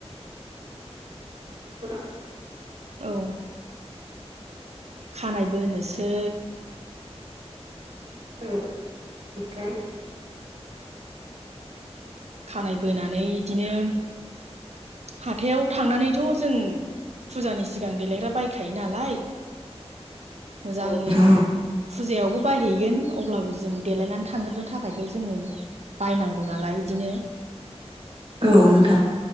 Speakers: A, on the right (about 55°); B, on the right (about 75°).
A: <unintelligible>
B: औ खानाय बोनोसै।
A: औ <unintelligible>
B: खानाय बोनानै इदिनो हाथायाव थांनानैथ' जों फुजानि सिगां देलायग्रा बायखायो नालाय। मोजां
A: औ नोंथां
B: फुजायावबो बायहैगोन। अब्लाबो जों देलायनानै थांग्रोनो थाखायथ' जोङो बायनांगौ नालाय इदिनो
A: औ नोंथां।